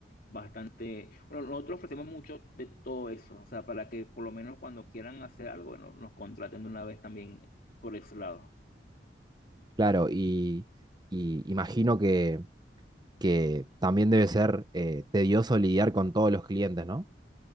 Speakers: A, on the left; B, on the right.
A: bastante. Bueno, nosotros ofrecemos mucho de todo eso, o sea, para que por lo menos cuando quieran hacer algo, bueno, nos contraten de una vez también por ese lado.
B: Claro, y, y imagino que, que también debe ser eh, tedioso lidiar con todos los clientes, ¿no?